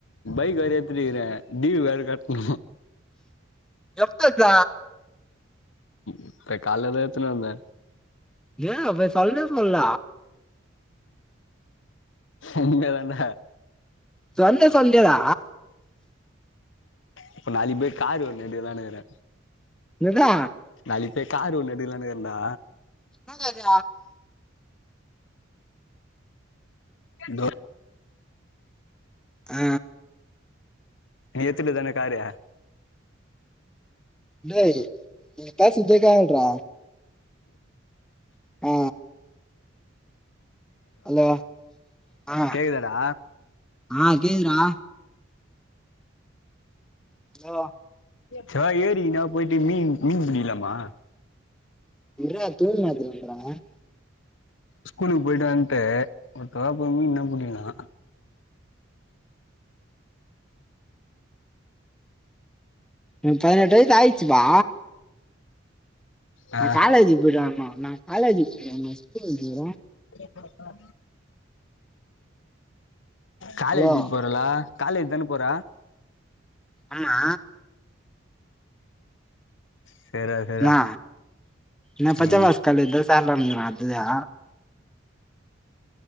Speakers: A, on the left (about 70°); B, in the centre.
A: பைக் வேர ஏத்துட்டு இருக்குற டிவு வேர கட்ணு
B: எப்ப எத்த
A: இப்ப கால்லதா எத்துனு வந்த
B: ஏ அப்போ சொல்லே முள்ள
A: உண்மயாதான்ட
B: சொன்யா சொல்லியாடா
A: இப்ப நாளைகு போய் காரு ஒன்னு எடுக்கலானு இருகுற
B: என்னது
A: நாளைகு போய் காரு ஒன்னு எடுக்கலானு இருக்குறன்டா
B: என்னா காரு
A: கோ
B: அ
A: நீ எத்துட்டதான காரு
B: டேய் நீ பேசுறதே கேக்குல டா ஆ ஹலோ ஆ
A: கேக்குதாடா
B: ஆ கேக்குதுடா ஹலோ
A: சே வா ஏறிக்கி நா போய்ட்டு மீன் மீன் புடிகுலாமா
B: இற்றா துணி மாத்தினு வந்துற
A: ஸ்கூலுக்கு போய்ட்டு வந்ட்டு ஒருத்தரா போய் மீன்னா புடிகலா
B: எனக் பதினெட்டு வைசு ஆய்ச்சிப்பா
A: ஆ
B: நா காலேஜுக்கு போய்ட்டு வரணு ந காலேஜ் போறியா நீ ஸ்கூல்னு இருக்குற
A: வெளிய போலாமா காலேஜு
B: ஹலோ
A: போறல காலேஜ் தான போற
B: ஆமா
A: சேரா சேரா
B: நா நா பச்சைபாஸ்
A: ம்
B: காலேஜ் தா சேந்தோம்ல இர்க்க அதுவா